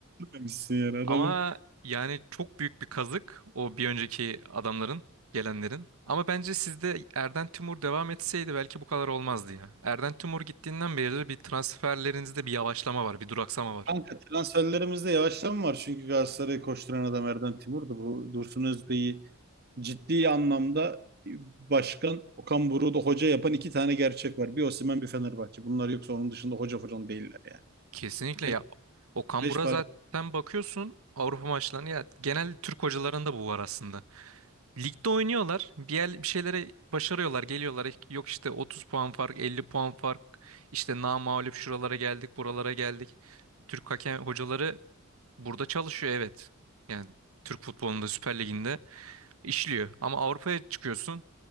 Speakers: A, on the right (about 45°); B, on the right (about 80°).
A: Demişsin yani adamın.
B: Ama yani çok büyük bir kazık o bir önceki adamların, gelenlerin. Ama bence sizde Erden Timur devam etseydi belki bu kadar olmazdı ya. Erden Timur gittiğinden beri bir transferlerinizde bir yavaşlama var, bir duraksama var.
A: Kanka transferlerimizde yavaşlama var. Çünkü Galatasaray'ı koşturan adam Erden Timur'du. Bu Dursun Özbey'i ciddi anlamda başkan Okan Buruk'u da hoca yapan iki tane gerçek var. Bir Osimhen bir Fenerbahçe. Bunlar yoksa onun dışında hoca falan değiller yani.
B: Kesinlikle
A: Beş,
B: ya Okan
A: beş
B: Buruk'a
A: para
B: zaten bakıyorsun Avrupa maçlarına ya genel Türk hocalarında bu var aslında. Ligde oynuyorlar bir, yer, bir şeylere başarıyorlar geliyorlar yok işte 30 puan fark 50 puan fark işte namağlup şuralara geldik buralara geldik. Türk hakem hocaları burada çalışıyor evet yani Türk futbolunda Süper Lig'inde işliyor ama Avrupa'ya çıkıyorsun